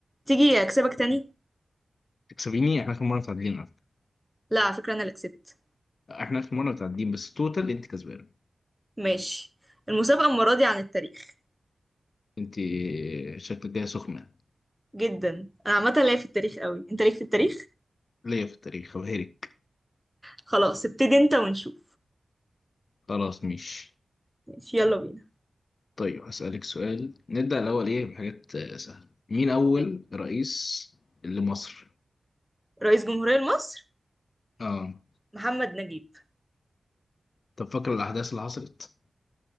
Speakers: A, in the centre; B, on the left.
A: تيجي اكسبك تاني
B: احنا تكسبيني احنا اخر مره متعادلين على فكرة.
A: لا على فكره انا اللي كسبت
B: احنا اخر مره متعادلين بس توتال انت كسبانه
A: ماشي المسابقه المره دي عن التاريخ
B: انت شكلك جايه سخنه
A: جدا انا عامه ليا في التاريخ قوي انت ليك في التاريخ
B: ليا في التاريخ وهيرك
A: خلاص ابتدي انت ونشوف
B: خلاص مش
A: ماشي يلا بينا
B: طيب هسألك سؤال نبدأ الأول إيه بحاجات آه، سهلة مين أول
A: ماشي.
B: رئيس لمصر؟
A: رئيس جمهوريه مصر
B: آه
A: محمد نجيب
B: طب فاكر الأحداث اللي حصلت؟